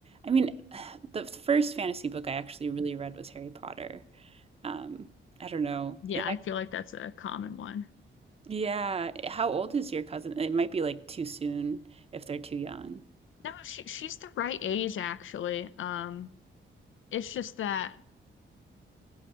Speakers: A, on the right; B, on the left.
A: I mean, <sighs> the first fantasy book I actually really read was Harry Potter. Um, I don't know.
B: yeah,
A: It might,
B: I feel like that's a common one.
A: yeah. How old is your cousin? It might be like too soon if they're too young.
B: No, she she's the right age actually. Um, it's just that